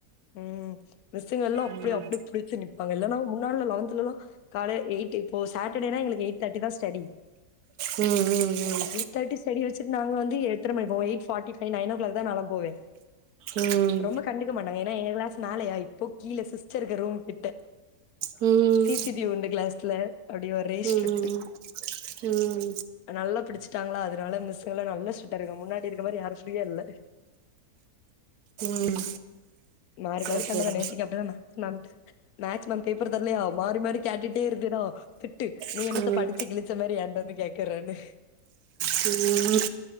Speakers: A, on the left (about 75°); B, on the right (about 80°).
A: ம் மிஸ்சுங்கள்ளா அப்டி
B: ம்
A: அப்டி ப்டி ஸி நிப்பாங்க இல்லனா முன்னாடில்ல லவன்த்துலலா காலே எய்ட் இப்போ சட்டடேனா எங்களுக் எய்ட் தட்டி தா ஸ்டடி
B: ம்ம்ம்
A: தட்டி ஸ்டடி வச்சிட் நாங்க வந்து எத்துற மை பாய் eight forty five nine o'clock தா நாலா போவே
B: ம்
A: ரொம்ப கண்டுக்க மாட்டாங்க ஏன்னா எங்க க்ளாஸ் மேலயா இப்போ கீழே சிஸ்டருக்கு ரூம் கிட்ட
B: ம்
A: சிசிடிவி உண்டு க்ளாஸ்ல அப்டி ஒரே ஸ்ட்ரிட்டு
B: ம் ம்
A: நல்லா பிடிச்சிட்டாங்ளா அதனால மிசுங்கல நல்லா ஸ்ட்ரிட் ட்டருக்க முன்னாடி இருக்க மாரி யாருஷ் ஃப்ரீயா இல்ல
B: ம்
A: மாறி மாறி
B: ஓகேடா
A: சண்டதா நேத்திக் அப்டிதா நா நம்ட்டு மேக்ஸ் மேம் பேப்பர் தர்லயா மாறி மாறி கேட்டுட்டே இருந்தேனோ திட்டு நீ
B: ம்
A: என்னத்த படிச்சு கிழிச்ச மாரி என்ட்ட வந்து கேக்குறன்னு
B: ம்